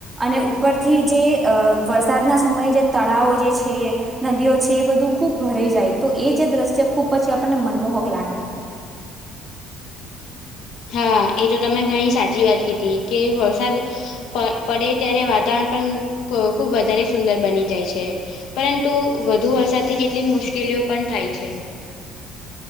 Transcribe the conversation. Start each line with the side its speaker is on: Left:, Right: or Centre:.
Right: અને ઉપરથી જે વરસાદના સમયે જે તળાવો જે છે. <unintelligible> નદીઓ છે એ બધું ખૂબ ભરાઈ જાય તો એ જે દ્રશ્ય ખુબ પછી આપણને મનમોહક લાગે
Left: હા એ તો તમે ઘણી સાચી વાત કીધી કે વરસાદ પ પડે ત્યારે વાતાવરણ પણ ખુબ વધારે સુંદર બની જાય છે. પરંતુ વધુ વરસાદથી કેટલીક મુશ્કેલીઓ પણ થાય છે.